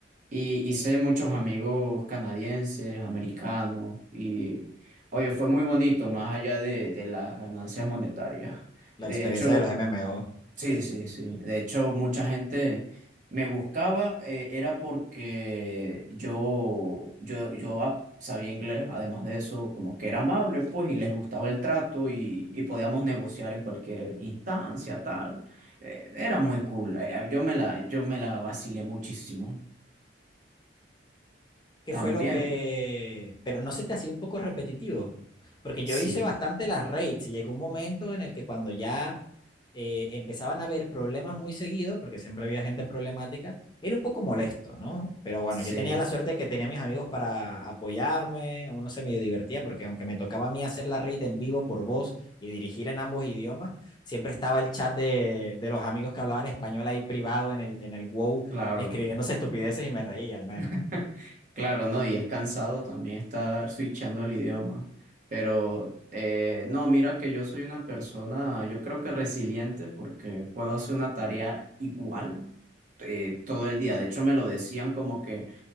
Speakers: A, on the right; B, on the left.
A: Y hice muchos amigos canadienses, americanos, y oye, fue muy bonito, más allá de, de las ganancias monetarias.
B: la
A: De
B: experiencia
A: hecho,
B: de los MMO.
A: Sí, sí, sí. De hecho, mucha gente me buscaba, eh, era porque yo, yo, yo ap- sabía inglés, además de eso, como que era amable, pues, y les gustaba el trato y, y podíamos negociar en cualquier instancia, tal. Eh, era muy cool. Eh, eh, Yo me la, yo me la vacilé muchísimo.
B: ¿Qué
A: También.
B: fue lo que...? Pero no se te hacía un poco repetitivo. Porque yo
A: Sí,
B: hice bastante las raids y llegó un momento en el que cuando ya eh, empezaban a haber problemas muy seguido, porque siempre había gente problemática, era un poco molesto, ¿no? Pero bueno,
A: sí,
B: yo tenía la suerte de que tenía a mis amigos para apoyarme, uno se medio divertía, porque aunque me tocaba a mí hacer la red en vivo por voz y dirigir en ambos idiomas, siempre estaba el chat de, de los amigos que hablaban español ahí privado en el, en el WoW,
A: claro.
B: escribiéndose estupideces y me reía al menos,
A: <laughs> Claro, no, y es cansado también estar switchando el idioma. Pero eh, no, mira que yo soy una persona, yo creo que resiliente porque puedo hacer una tarea igual eh, todo el día. De hecho, me lo decían como que,